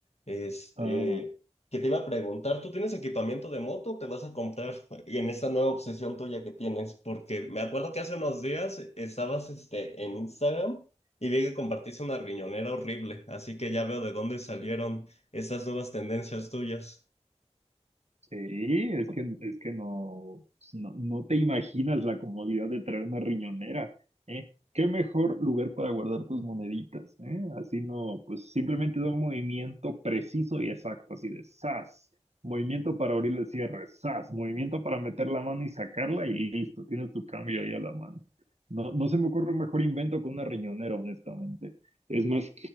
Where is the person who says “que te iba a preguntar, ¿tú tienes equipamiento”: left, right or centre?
Left